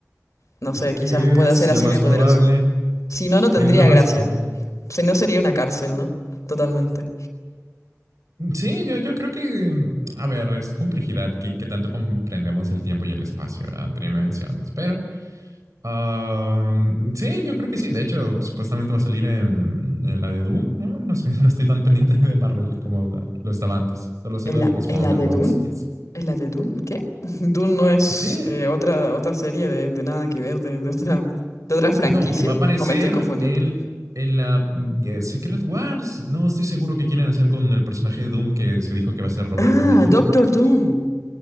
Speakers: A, on the left; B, on the right.
A: No sé, quizás
B: es
A: pueda ser así
B: lo más
A: de poderoso.
B: probable,
A: Si no, no tendría
B: es lo más
A: gracia.
B: probable.
A: Si no, sería una cárcel, ¿no? Totalmente.
B: Sí, yo, yo creo que, a ver, es complejidad que, que tanto comprendemos el tiempo y el espacio a tridimensiones, pero Ah, sí, yo creo que sí. De hecho, supuestamente va a salir en, en la de Doom, ¿no? No sé, <laughs> no estoy tan pendiente de Marvel como lo estaba antes. Solo sé
A: ¿En
B: lo
A: la,
B: de los
A: en
B: Founderbots
A: la de Dune?
B: y eso.
A: ¿En la de Dune? ¿Qué? <laughs> Dune no es
B: Sí,
A: eh, otra, otra serie de, de nada que ver, de, de otra, de otra franquicia.
B: no, que va a aparecer
A: ¿O me estoy confundiendo?
B: en, en la eh, Secret Wars. No estoy seguro qué quieren hacer con el personaje de Doom que se dijo que va a ser Robert
A: Ah,
B: Downey Jr.
A: Doctor Doom.